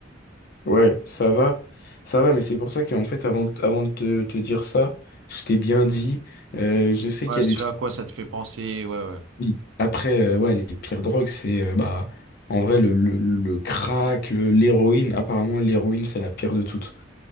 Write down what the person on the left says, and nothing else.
Ouais, ça va, ça va, mais c'est pour ça qu'en fait, avant, avant de te, te dire ça, je t'ai bien dit, euh, je sais
qu'il y a
des trucs.
Oui. Après, euh, ouais, les pires drogues, c'est euh, bah, en vrai, le, le, le crack, le- l'héroïne, apparemment, l'héroïne, c'est la pire de toutes.